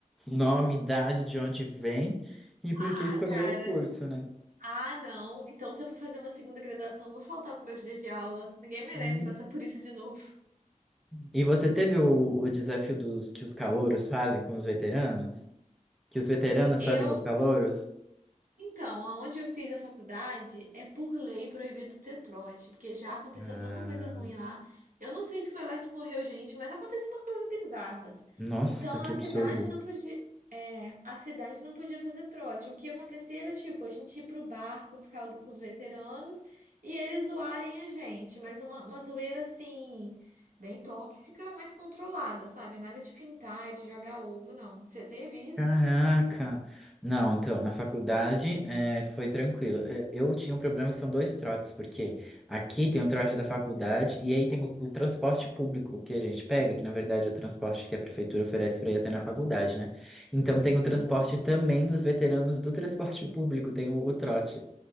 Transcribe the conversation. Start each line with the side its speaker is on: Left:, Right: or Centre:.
Centre: nome, idade, de onde vem e
Right: Ah,
Centre: por que escolheu
Right: cara.
Centre: o curso, né?
Right: Ah, não. Então, se eu for fazer uma segunda graduação, eu vou faltar pro meu dia de aula. Ninguém merece
Centre: Hum.
Right: passar por isso de novo.
Centre: E você teve o, o desafio dos que os calouros fazem com os veteranos? Que os veteranos
Right: Eu
Centre: fazem com os calouros?
Right: Então, aonde eu fiz a faculdade é por lei proibido ter trote, porque já aconteceu
Centre: Ah,
Right: tanta coisa ruim lá. Eu não sei se foi lá que morreu gente, mas aconteciam umas coisas bizarras.
Centre: nossa,
Right: Então
Centre: que
Right: a cidade
Centre: absurdo.
Right: não podia, é, a cidade não podia fazer trote. O que acontecia era tipo a gente ir pro bar com os, calu- com os veteranos e eles zoarem a gente, mas uma, uma zoeira assim bem tóxica, mas controlada, sabe? Nada de pintar e de jogar ovo, não. Você teve isso?
Centre: Caraca! Não, então, na faculdade eh, foi tranquilo. Eh, Eu tinha um problema que são dois trotes, porque aqui tem o trote da faculdade e aí tem o, o transporte público que a gente pega, que na verdade é o transporte que a prefeitura oferece para ir até na faculdade, né? Então tem
Right: Uhum.
Centre: o transporte também dos veteranos do transporte público, tem o, o trote.